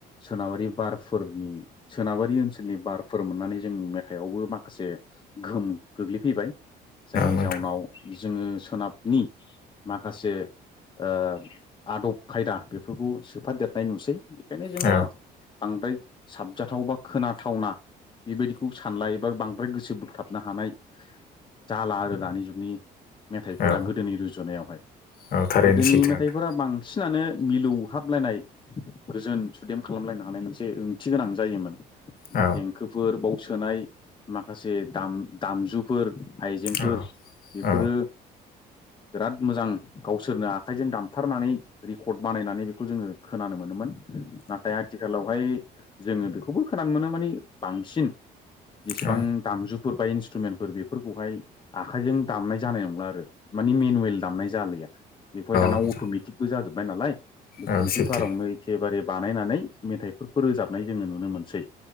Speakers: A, on the left (about 30°); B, on the left (about 60°).
A: सोनाबारि बारफोर सोनाबारि ओनसोलनि बारफोर मोननानै जोंनि मेथाइआवबो माखासे गोहोम गोग्लैफैबाय। जायनि
B: नोंथां
A: जाउनाव जोङो सोनाबनि माखासे ओ आदब खायदा बेफोरखौ सोफादेरनाय नुसै। बेखायनो जोङो
B: औ
A: बांद्राय साबजाथाव बा खोनाथावना बेबायदिखौ सानलायो बा बांद्राय गोसो बोगथाबनो हानाय जाला आरो दानि जुगनि मेथाइफोरा
B: औ
A: गोदोनि रुजुनायावहाय
B: औ थारैनो
A: गोदोनि
B: सैथो
A: मेथाइफोरा
B: नोंथां
A: बां बिसिनानो मिलौहाबलायनाय रजोन सुदेम खालामलायनो हानाय मोनसे ओंथि गोनां जायोमोन।
B: औ
A: देंखोफोर बाव सोनाय माखासे दामजुफोर आइजेंफोर
B: औ
A: बेफोरो
B: औ
A: बिराद मोजां गावसोरनो आखाइजों दामथारनानै रेकर्ड बानायनानै बेखौ जोङो खोनानो मोनोमोन। नाथाय आथिखालावहाय जोङो बेखौबो खोनानो मोनो मानि बांसिन जेसेबां
B: औ
A: दामजुफोर बा इन्सट्रुमेन्टफोर बेफोरखौहाय आखाइजों दामनाय जानाय नंला आरो। मानि मेनुयेल दामनाय जाालया बेखौहाय दाना
B: नोंथां
A: अट'मेटिकबो जाजोब्बाय नालाय
B: औ
A: कम्पिउटारावनो
B: सैथो
A: एखेबारे बानायनानै मेथाइफोरखौ रोजाबनाय जोङो नुनो मोनसै।